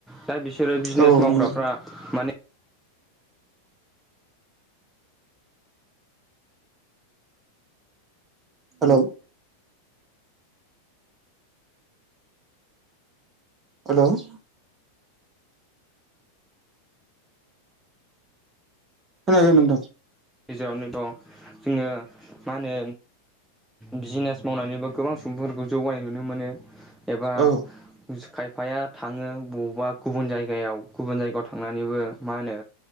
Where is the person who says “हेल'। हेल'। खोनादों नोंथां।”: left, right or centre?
Right